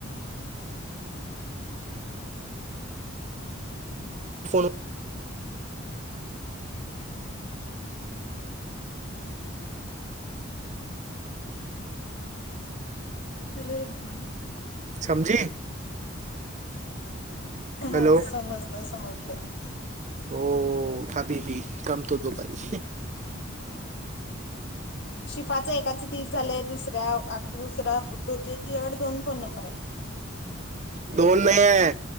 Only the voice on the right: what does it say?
<unintelligible>
समजी.
हॅलो
हो हाभी भी कामतो दुपारी
दोन नाही आहे